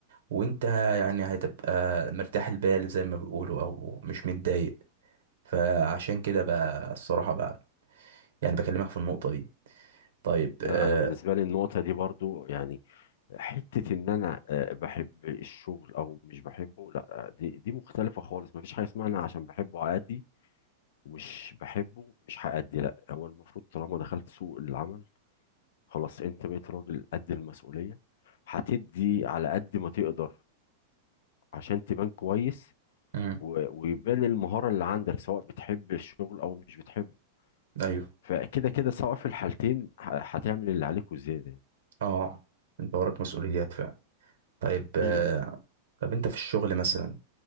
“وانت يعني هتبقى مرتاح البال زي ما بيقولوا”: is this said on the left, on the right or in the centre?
Right